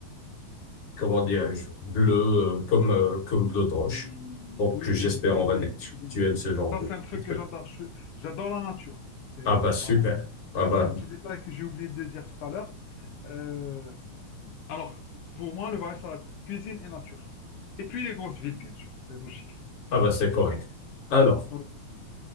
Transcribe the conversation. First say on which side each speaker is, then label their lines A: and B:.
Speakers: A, on the left; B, on the left.
A: comment dirais-je, bleues, euh, comme, euh, comme bleu de roche.
B: Oui,
A: Donc,
B: oui,
A: euh, j'espère,
B: c'est
A: on va
B: bien,
A: dire, que tu,
B: c'est bien.
A: tu aimes ce genre
B: Ça,
A: de,
B: c'est un truc
A: de truc.
B: que j'adore. Je- J'adore la nature. C'est,
A: Ah bah, super.
B: voilà.
A: Ah
B: Ça,
A: bah,
B: c'est un petit détail que j'ai oublié de dire tout à l'heure. Euh, alors, pour moi, le voyage, ça va être cuisine et nature. Et puis les grosses villes, bien sûr, c'est logique.
A: ah bah, c'est correct. Alors,
B: Ouais, voilà.